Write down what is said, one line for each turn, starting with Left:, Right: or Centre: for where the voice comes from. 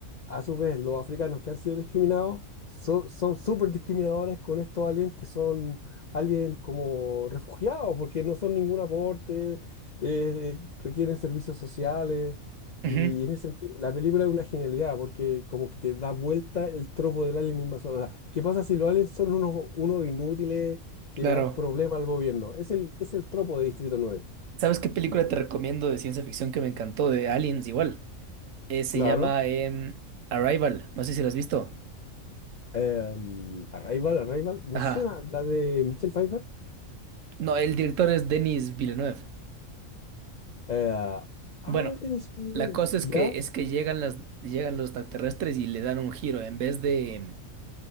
Left: a su vez, los africanos que han sido discriminados so- son súper discriminadores con estos aliens que son alguien como refugiado, porque no son ningún aporte, eh, eh, requieren servicios sociales.
Right: Ujú,
Left: Y en ese sentido, la película es una genialidad, porque como que te da vuelta el tropo del alien invasor. O sea, ¿qué pasa si los aliens son unos, unos inútiles que
Right: Claro.
Left: dan problema al gobierno? Es el, es el tropo de Distrito nueve
Right: ¿Sabes qué película
Left: Y
Right: te recomiendo de ciencia ficción que me encantó? De Aliens igual. Eh, se
Left: claro,
Right: llama em, Arrival. No sé si la has visto.
Left: em, Arrival, Arrival, me
Right: Ajá.
Left: suena la de Michelle Pfeiffer.
Right: No, el director es Denis Villeneuve.
Left: Eh, ah,
Right: Bueno,
Left: es-
Right: la cosa es
Left: ya.
Right: que es que llegan las llegan los extraterrestres y le dan un giro. En vez de em,